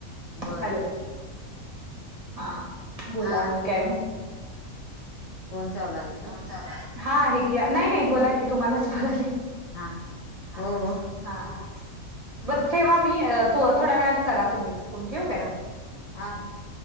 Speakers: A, on the left (about 65°); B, on the right (about 25°).
A: बरं.
B: हॅलो
A: ठीकय. ठीकय.
B: हा, बोला आणि काय मग?
A: फोन चालू आहे. का
B: फोन
A: कुठला
B: चालू आहे? हा. हे, की. नाही- नाही. बोला कि, तुम्हालाच बोलाले.
A: हा
B: हा.
A: हो हो
B: हा. ह, बरं,
A: हा
B: ठेवा.
A: हा
B: मी, अ थो -थोड्या वेळाने करा तुम्हीच फोन. ठेऊ काय?
A: हा हा, ठेवा.